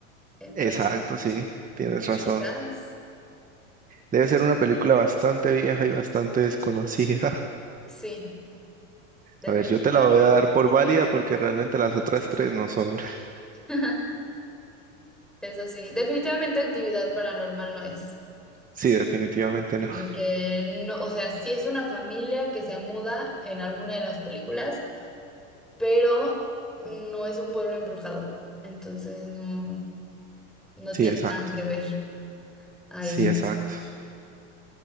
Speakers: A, in the centre; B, on the right (about 20°).
A: entonces.
B: exacto, sí, tienes razón.
A: Quizás,
B: Debe ser una película bastante vieja y bastante desconocida. <laughs>
A: sí, definitivamente.
B: A ver, yo te la voy a dar por válida porque realmente las otras tres no son. <laughs>
A: <laughs> Eso sí, definitivamente actividad paranormal no es,
B: Sí, definitivamente no.
A: porque no, o sea, sí es una familia que se muda en alguna de las películas, pero no es un pueblo embrujado, entonces no, no
B: Sí,
A: tiene
B: exacto.
A: nada que ver ahí.
B: Sí, exacto.